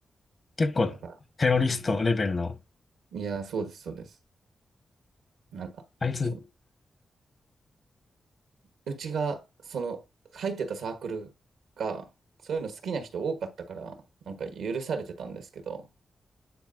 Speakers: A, on the left; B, on the right.
A: 結構テロリストレベルの。
B: だから、うん。いや、そうです、そうです。なんか、
A: あいつっ
B: その、うちが、その、入ってたサークルが、そういうの好きな人多かったから、なんか許されてたんですけど、